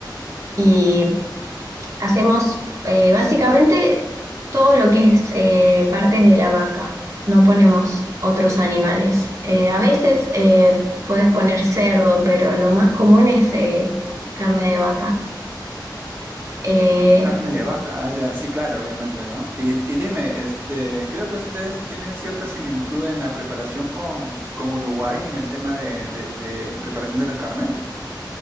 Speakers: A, on the right; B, on the right.
A: y hacemos eh, básicamente todo lo que es eh, partes de la vaca. No ponemos otros animales. Eh, a veces eh, podés poner cerdo, pero lo más común es eh, carne de vaca. Eh,
B: Carne de vaca, ah, ya, sí, claro, obviamente, ¿no? Y, y dime, este, creo que ustedes tienen cierta similitud en la preparación con, con Uruguay en el tema de, de de preparación de las carnes.